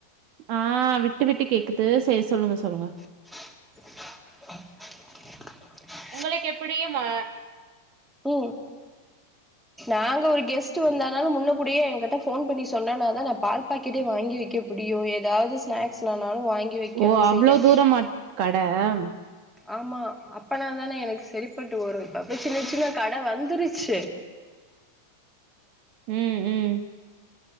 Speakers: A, on the right; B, in the centre.
A: ஆ விட்டு விட்டு கேக்குத்து செ சொல்லுங்க சொல்லுங்க
B: அ
A: உங்களேக் எப்புடியுமா
B: உ நாங்க ஒரு கெஸ்ட் வந்தானாலு முன்னகூடியே என்கிட்ட ஃபோன் பண்ணி சொன்னானா தா நா பால் பாக்கெட்டே வாங்கி வைக்கு முடியு ஏதாவ்து ஸ்நாக்ஸ்னானாலு வாங்கி வெக்கணு
A: ஓ அவ்ளோ
B: செய்யன்
A: தூரமா கட அம்
B: ஆமா அப்பனா தானே எனக் சரிப்பட்டு வரு பப்பு சின்ன சின்ன கட வந்துருச்சு
A: ம் ம்